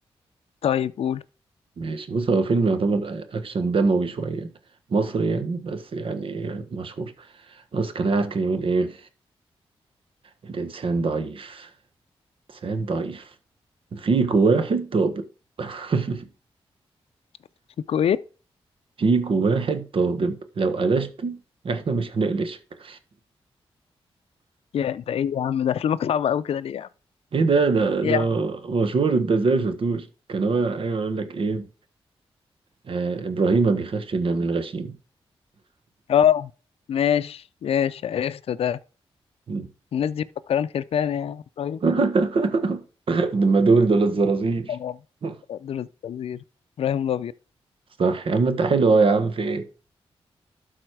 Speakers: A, on the left (about 75°); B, on the right (about 60°).
A: طيب قول
B: ماشي بص هو فيلم يعتبر أكشن دموي شوية مصري يعني بس يعني مشهور بس كان قاعد كان يقول إيه الإنسان ضعيف إنسان ضعيف فيك واحد طابق <laughs>
A: <laughs>
B: فيكو واحد طالب لو قلشته احنا مش هنقلشك
A: يا ده ايه يا عم ده افلامك صعبة قوي كده ليه يا عم
B: <laughs> ايه ده ده ده
A: إيه يا عم
B: مشهور انت ازاي مشفتوش كان هو ايوه يقول لك ايه آه ابراهيم ما بيخافش الا من الغشيم
A: اه ماشي ماشي عرفته ده
B: مم.
A: الناس دي مفكران خرفان يا ابراهيم
B: <laughs> لما دول دول الزرازير
A: تمام.
B: <laughs>
A: دول الخنزير ابراهيم الابيض
B: صح يا عم انت حلو أهو يا عم في ايه